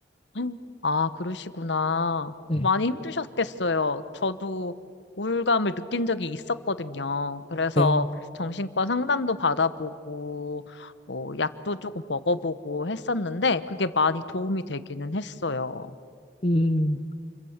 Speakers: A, on the left; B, on the left.
A: 음. 아, 그러시구나.
B: 네,
A: 많이 힘드셨겠어요. 저도 우울감을 느낀 적이 있었거든요. 그래서
B: 네.
A: 정신과 상담도 받아보고, 뭐, 약도 조금 먹어보고 했었는데, 그게 많이 도움이 되기는 했어요.
B: 음,